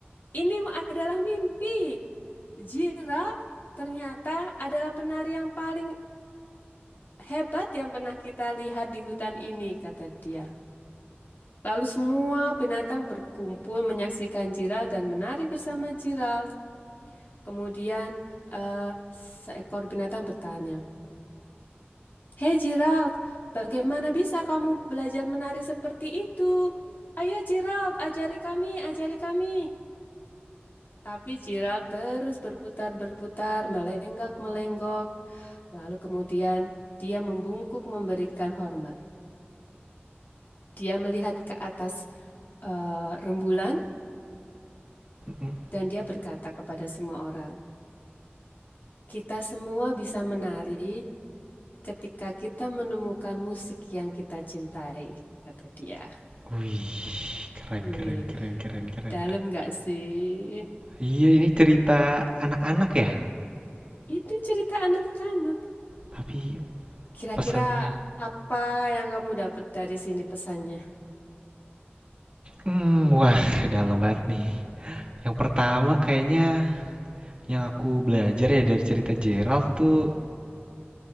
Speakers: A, on the left; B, on the right.
A: Ini adalah mimpi. Gerald ternyata adalah penari yang paling hebat yang pernah kita lihat di hutan ini, kata dia. Lalu semua binatang berkumpul menyaksikan Gerald dan menari bersama Gerald. Kemudian eh, seekor binatang bertanya, Hei Gerald, bagaimana bisa kamu belajar menari seperti itu? Ayo Gerald, ajari kami, ajari kami. Tapi Gerald terus berputar-berputar, melenggak-melenggok. Lalu kemudian dia membungkuk memberikan hormat. Dia melihat ke atas eh, rembulan
B: mm
A: dan dia berkata kepada semua orang, "Kita semua bisa menari ketika kita menemukan musik yang kita cintai," kata dia.
B: Wih, keren
A: Wih,
B: keren keren keren keren.
A: dalam nggak sih?
B: Iya, ini cerita anak-anak ya,
A: Itu cerita anak-anak.
B: tapi
A: Kira-kira
B: pesannya,
A: apa yang kamu dapat dari sini pesannya?
B: hmm, wah, dalam banget nih. Yang pertama kayaknya yang aku belajar ya dari cerita Gerald tuh,